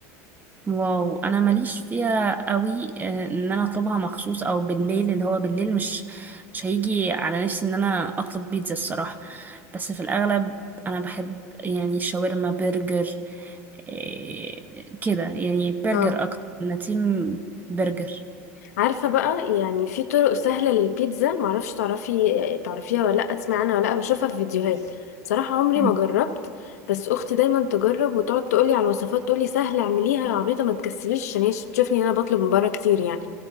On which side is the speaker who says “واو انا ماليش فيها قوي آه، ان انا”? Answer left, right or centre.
Right